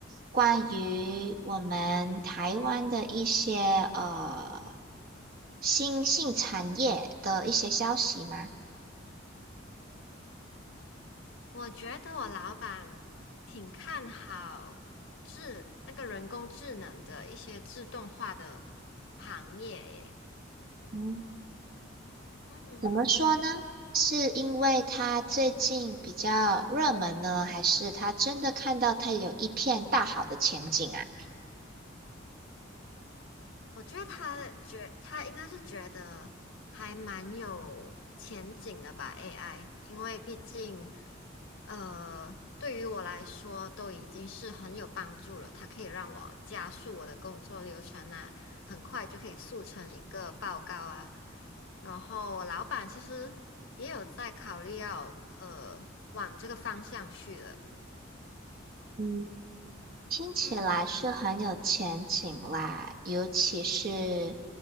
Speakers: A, on the right; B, on the left.
A: 关于我们台湾的一些呃新兴产业的一些消息吗？
B: 我觉得我老板挺看好智，那个人工智能的一些自动化的行业诶。
A: 嗯，
B: 嗯。
A: 怎么说呢？是因为他最近比较热门呢，还是他真的看到他有一片大好的前景啊？
B: 我觉得他觉他应该是觉得还蛮有前景的吧，AI，因为毕竟，呃，对于我来说都已经是很有帮助了。它可以让我加速我的工作流程啊，很快就可以速成一个报告啊。然后我老板其实也有在考虑要呃往这个方向去了，
A: 嗯。听起来是很有前景啦，
B: 嗯。
A: 尤其是